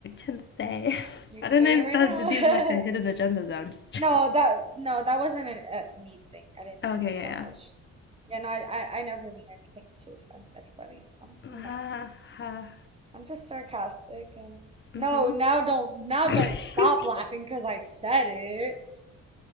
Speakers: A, on the left; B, on the right.
A: can say. <laughs>
B: You're
A: I
B: doing
A: don't know
B: it
A: if
B: right
A: that,
B: now.
A: there's even like a hidden
B: <laughs>
A: agenda there. I'm just
B: No,
A: <laughs>
B: that no, that wasn't an- a mean thing. I didn't
A: Okay,
B: mean it like that.
A: yeah,
B: I was, yeah, no, I, I, I never mean anything to offend anybody. I'm,
A: yeah.
B: I'm nice.
A: Ha ha.
B: I'm just sarcastic and
A: Mhm.
B: no, now don't now
A: <laughs>
B: don't stop laughing because I said it.